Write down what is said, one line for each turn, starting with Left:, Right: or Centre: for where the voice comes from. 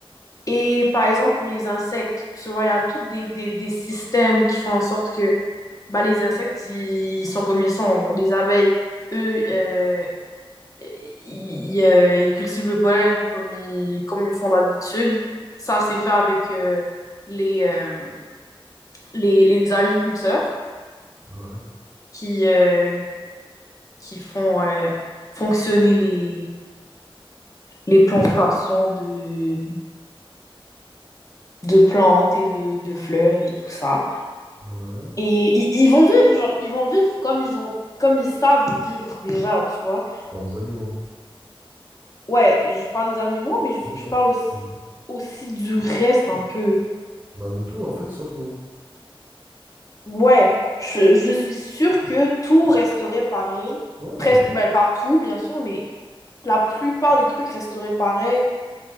Left: Et par exemple, pour les insectes, tu vois, il y a tous des, des, des systèmes qui font en sorte que bah, les insectes, ils sont comme ils sont. Genre, les abeilles, eux, euh, ils, ils, euh, ils cultivent le pollen comme ils, comme ils font d'habitude. Ça, c'est fait avec euh, les, euh, les, les agriculteurs
Right: Ouais,
Left: qui, euh, qui font euh, fonctionner les, les plantations de, de plantes et de, de fleurs et tout ça.
Right: ouais.
Left: Et ils, ils vont vivre, genre, ils vont vivre comme ils ont, comme ils savent vivre déjà, tu vois.
Right: je parle des animaux.
Left: Ouais, je parle des animaux, mais je,
Right: Des
Left: je
Right: a-
Left: parle aussi,
Right: ouais.
Left: aussi du reste un peu.
Right: Bah de tout en fait, sauf nous.
Left: Ouais, je, je suis sûre que tout resterait pareil.
Right: Ouais,
Left: Presque,
Right: mais toi,
Left: ben, pas tout, bien sûr, mais la plupart des trucs resteraient pareils